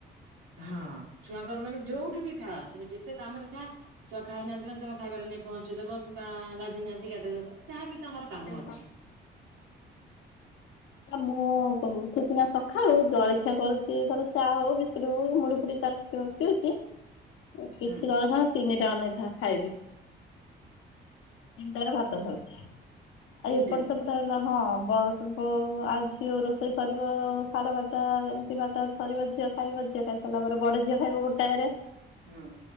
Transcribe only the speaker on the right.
ହଁ ଛୁଆଙ୍କର ମାନେ ଯୋଉଠି ବି ଥା ତମେ ଯେତେ କାମରେ ଥା ଛୁଆ ଖାଇ ନଥିବ ତମେ ଖାଇବାାରେ ନେଇ ପହଞ୍ଚେଇଦବ କି ବା ଗାଧୋଇ ନିହାନ୍ତି ଗାଧୋଇ ଦବ ଯାହାବି ତାଙ୍କର କାମ
ଅଛି।
ହୁଁ।
ତିନିଟାରେ
ହୁଁ।